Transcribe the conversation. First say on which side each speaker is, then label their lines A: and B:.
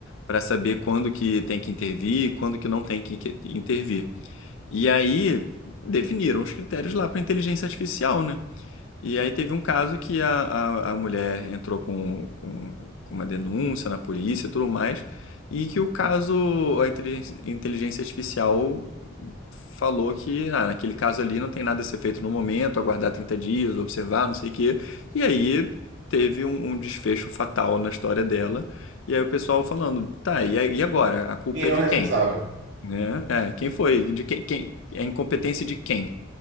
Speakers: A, on the left; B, on the right.
A: para saber quando que tem que intervir e quando que não tem que que intervir. E aí definiram os critérios lá para inteligência artificial, né? E aí teve um caso que a, a, a mulher entrou com, com, com uma denúncia na polícia e tudo mais, e que o caso, a inteligência, inteligência artificial falou que ah, naquele caso ali não tem nada a ser feito no momento, aguardar 30 dias, observar, não sei o quê. E aí teve um, um desfecho fatal na história dela. E aí o pessoal falando, tá, e, aí- e agora? A culpa
B: Quem
A: é
B: é
A: de
B: o responsável?
A: quem? Né? É, quem foi? De quem, quem? É a incompetência de quem?